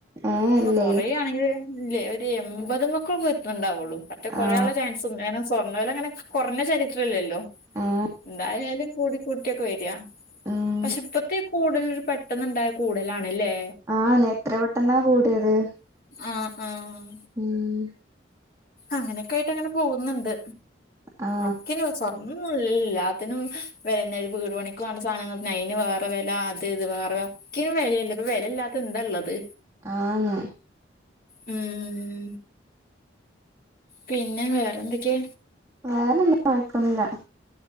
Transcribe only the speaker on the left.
ഇനി ഇപ്പ
കൊറയ് ആണെങ്കില് ഇല്ലേ ഒരു എൺപത് മേക്ക് ഒക്കെ ഇണ്ടാവൊള്ളൂ. മറ്റ കൊറയാള്ള
ചാൻസും കാരണം സ്വർണ്ണ വെല അങ്ങനെ കൊറഞ്ഞ ചരിത്രം ഇല്ലല്ലോ.
എന്തായാലും ഞാന് കൂടിക്കൂട്ടിയൊക്ക വേരാ
പക്ഷെ ഇപ്പ ഇപ്പ ഈ കൂടലൊരു പെട്ടെന്ന്ണ്ടായ കൂടലാണല്ലേ.
ആഹ് ആഹ്
അങ്ങനെയൊക്കെ ആയിട്ട് അങ്ങനെ പോവ്ന്ന്ണ്ട്
ഒക്കെനി സ്വർണ് <unintelligible> ഇല്ല ല്ലല്ലാ എല്ലാത്തിനും പിന്നെ ഒരു വീട് പണിക്ക് വാണ്ട സാനങ്ങള് നൈനു വേറെ വെല അത് ഇത് വേറെ <unintelligible> വെലേല്ല ഇപ്പ വെലേല്ലാ ത്ത് എന്താള്ളത്
മ്ഹ് പിന്നെ വേറെ എന്തൊക്കെ?